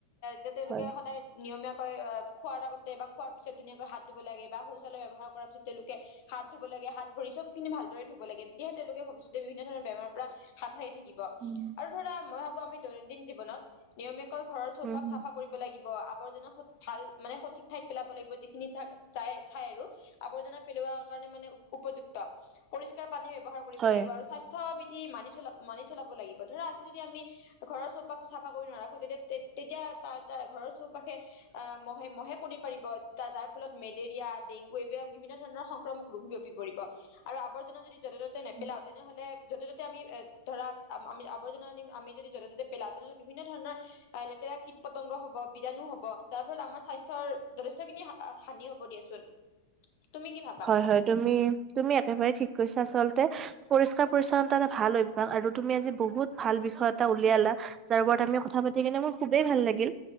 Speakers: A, on the left; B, on the right.
A: যে তেওঁলোকে
B: হয়।
A: সদায় নিয়মীয়াকৈ আহ- খোৱাৰ আগতে বা খোৱাৰ পিছত ধুনীয়াকৈ হাত ধুব লাগে বা শৌচালয় ব্যৱাৰ কৰাৰ পিছত তেওঁলোকে- হাত ধুব লাগে হাত ভৰিখিনি ভালদৰে ধুব লাগে তেতিয়াহে তেওঁলোকে ভৱিষ্যতে বিভিন্ন ধৰণৰ বেমাৰ পৰা- হাত সাৰি থাকিব
B: উম।
A: আৰু ধৰা মই ভাবো আমি দৈনন্দিন জীৱনত নিয়মীয়াকৈ ঘৰৰ চৌপাশ
B: উম হুম
A: চাফা- কৰিব লাগিব আৱৰ্জনা ভাল মানে সঠিক ঠাইত পেলাব লাগিব যিখিনি ঠাই ঠাই আৰু- আৱৰ্জনা পেলোৱা কাৰণে মানে উপযুক্ত পৰিসকাৰ পানী ব্যৱহাৰ কৰিব
B: হয়।
A: লাগিব আৰু স্বাস্থ্য- বিধি মানি চ মানি চলাব লাগিব ধৰা আজি যদি আমি ঘৰৰ চৌপাশ - চাফা কৰি নাৰখো তেতিয়া তেতিয়া তাৰ তাৰ ঘৰৰ চৌপাশে আহ মহে মহে কণী পাৰিব। যাৰ ফলত মেলেৰিয়া ডেংগু এইবিলাক বিভিন্ন ধৰণৰ সংক্ৰামক ৰোগ বিয়পি পৰিব আৰু আৱৰ্জনা যদি- য'তে ত'তে নেপেলাও
B: উম
A: তেনেহলে য'তে ত'তে আমি এ ধৰা আমি আৱৰ্জনাম আমি- যদি যতে ততে পেলা তেনে'হলে বিভিন্ন ধৰণৰ- লেতেৰা কীট পতংগ হব বীজাণু হব যাৰ ফলত আমাৰ স্বাস্থ্যৰ যথেষ্টখিনি হানি হব দিয়াচোন। <inaudible> কি ভাবা
B: হয় হয় তুমি তুমি একেবাৰে ঠিক কৈছা আচলতে। পৰিষ্কাৰ পৰিচ্ছন্নতা এটা ভাল অভ্যাস আৰু তুমি আজি বহুত ভাল বিষয় এটা উলিয়ালা। যাৰ ওপৰত আমি কথা পাতি কিনে মোৰ খুবেই ভাল লাগিল।